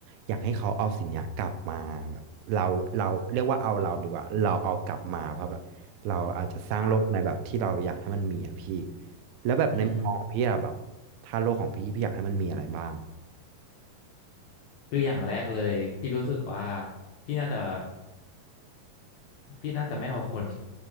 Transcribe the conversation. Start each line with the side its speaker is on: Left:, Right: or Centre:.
Right: อยากให้เขาเอาสิ่งเนี้ยกลับมาแบบเราเราเรียกว่าเอาเราดีกว่าเราเอากลับมาเพราะแบบเราอาจจะสร้างโลกในแบบที่เราอยากให้มันมีอะพี่
Left: ครับ
Right: แล้วแบบในมุมมองของพี่อะแบบ
Left: อืม
Right: ถ้าโลกของพี่พี่อยากให้มันมีอะไรบ้าง
Left: คืออย่างแรกเลยพี่รู้สึกว่าพี่น่าจะพี่น่าจะไม่เอาคน